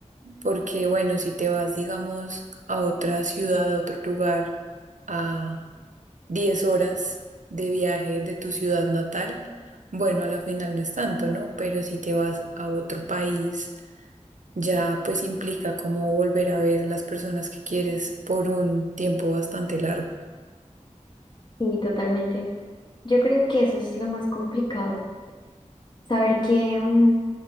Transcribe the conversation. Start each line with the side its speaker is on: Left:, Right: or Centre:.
Right: porque bueno, si te vas, digamos, a otra ciudad, a otro lugar, a 10 horas de viaje de tu ciudad natal, bueno, a la final no es tanto, ¿no? Pero si te vas a otro país, ya pues implica como volver a ver a las personas que quieres por un tiempo bastante largo.
Left: Sí, totalmente. Yo creo que eso es lo más complicado. saber que mm,